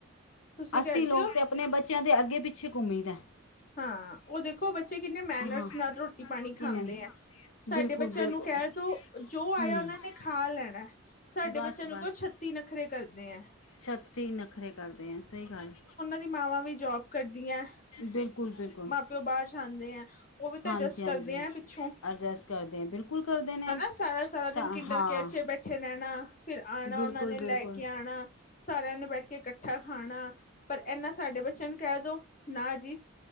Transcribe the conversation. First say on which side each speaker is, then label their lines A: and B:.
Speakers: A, on the left; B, on the left.
A: ਤੁਸੀਂ
B: ਅਸੀ
A: ਕਹਿੰਦੇ
B: ਲੋਕ
A: ਹੋ
B: ਤੇ ਆਪਣੇ ਬੱਚਿਆਂ ਦੇ ਅੱਗੇ ਪਿੱਛੇ ਘੁੰਮੀ ਦਾ
A: ਹਾਂ ਉਹ ਦੇਖੋ ਬੱਚੇ ਕਿੰਨੇ ਮੈਨਰਸ
B: ਹਾਂ
A: ਨਾਲ ਰੋਟੀ-ਪਾਣੀ ਖਾਂਦੇ
B: ਕਿੰਨੇ
A: ਐ। ਸਾਡੇ
B: ਬਿਲਕੁਲ
A: ਬੱਚਿਆਂ
B: ਬਿਲਕੁਲ
A: ਨੂੰ ਕਹਿ ਦੋ, ਜੋ ਆਇਆ
B: ਹੂੰ
A: ਉਹਨਾਂ ਨੇ ਖਾ ਲੈਣਾ, ਸਾਡੇ
B: ਬਸ
A: ਬੱਚਿਆਂ ਨੂੰ
B: ਬਸ
A: ਕੋਲ ਛੱਤੀ ਨਖਰੇ ਕਰਦੇ ਐ।
B: ਛੱਤੀ ਨਖਰੇ ਕਰਦੇ ਹੈ ਸਹੀ ਗੱਲ
A: ਤੇ ਮਾਵਾਂ ਵੀ ਜੋਬ ਕਰਦੀ ਐ।
B: ਬਿਲਕੁਲ- ਬਿਲਕੁਲ।
A: ਮਾਂ ਪਿਓ ਬਾਹਰ ਜਾਂਦੇ ਐ ਉਹ ਵੀ ਤਾਂ
B: ਹਾਂਜੀ
A: ਐਡਜਸਟ
B: ਹਾਂਜੀ
A: ਕਰਦੇ ਆ ਪਿੱਛੋਂ
B: ਐਡਜਸਟ ਕਰਦੇ ਐ ਬਿਲਕੁਲ ਕਰਦੇ ਨੇ
A: ਹਨਾ ਸਾਰਾ- ਸਾਰਾ ਦਿਨ
B: ਸਾ
A: ਕਿਡ
B: ਹਾਂ
A: ਕੇਰ ਚ ਬੈਠੇ ਰਹਿਣਾ ਫਿਰ ਆਣਾ
B: ਬਿਲਕੁਲ
A: ਉਹਨਾਂ ਨੇ ਲੈ
B: ਬਿਲਕੁਲ
A: ਕੇ ਕੇ ਆਣਾ। ਸਾਰਿਆਂ ਨੇ ਬੈਠ ਕੇ ਇਕੱਠਾ ਖਾਣਾ ਪਰ ਇਨਾ ਸਾਡੇ ਬੱਚਿਆਂ ਨੂੰ ਕਹਿ ਦੋ, ਨਾ ਜੀ